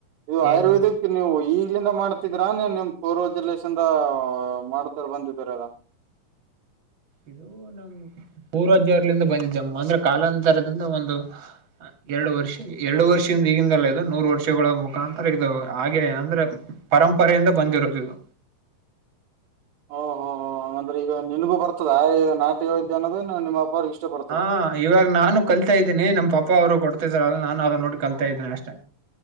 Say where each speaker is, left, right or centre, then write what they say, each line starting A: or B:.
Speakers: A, on the right (about 80°); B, on the right (about 45°).
A: ಇದು ಆಯುರ್ವೇದಿಕ್
B: ಏನ್
A: ನೀವು ಈಗ್ಲಿಂದ ಮಾಡ್ತಿದ್ರಾ ನೀನ್ ನಿಮ್ ಪೂರ್ವಜರ್ಲೇಶಿಂದ್ರ ಮಾಡ್ತಾರ ಬಂದಿದ್ರ ಅದ.
B: ಇದು ನಮ್ ಪೂರ್ವಜರ್ಲಿಂದ ಬಂದಿದೆ ಅಂದ್ರೆ ಕಾಲಾಂತರದಿಂದ ಒಂದು ಎರಡು ವರ್ಷ ಎರಡು ವರ್ಷಿಂದ ಈಗಿಂದಲ್ಲ ಇದು ನೂರ್ ವರ್ಷಗಳ ಮುಖಾಂತರ ಇದು ಹಾಗೆ ಅಂದ್ರೆ ಪರಂಪರೆಯಿಂದ ಬಂದಿರೋದು ಇದು.
A: ಓ ಹೊ ಹ್ ಹಾಗಂದ್ರೆ ಈಗ ನಿನ್ಗೂ ಬರ್ತದ ಈ ನಾಟಿ ವೈದ್ಯ ಅನ್ನೋದು ಏನ ನಿಮ್ಮ ಅವ್ರಿಗ್ ಇಷ್ಟ ಬರ
B: ಹಾ ಇವಾಗ ನಾನು ಕಲ್ತಾ ಇದ್ದೀನಿ ನಮ್ಮ ಪಪಾ ಅವರು ಕೊಡ್ತಿದ್ರ ಅ ನಾನು ಅದನ್ನ ನೋಡಿ ಕಲ್ತಾ ಇದ್ದೀನಿ ಅಷ್ಟೇ.